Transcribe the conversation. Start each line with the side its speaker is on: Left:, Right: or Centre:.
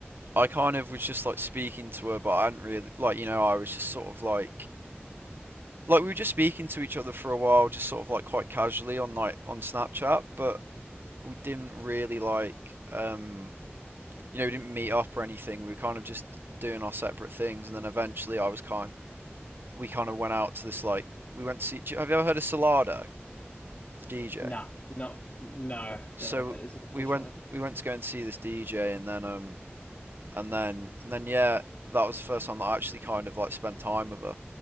Right: I kind of was just like speaking to her, but I hadn't really like you know I was just sort of like like we were just speaking to each other for a while, just sort of like quite casually on like on Snapchat, but we didn't really like um you know, we didn't meet up or anything. We were kind of just doing our separate things and then eventually I was kind we kind of went out to this like we went to see have you ever heard of Solado, the DJ?
Left: No, no, no.
Right: So
Left: Don't know what that is, unfortunately.
Right: we went we went to go and see this DJ and then um and then and then yeah, that was the first time that I actually kind of like spent time with her.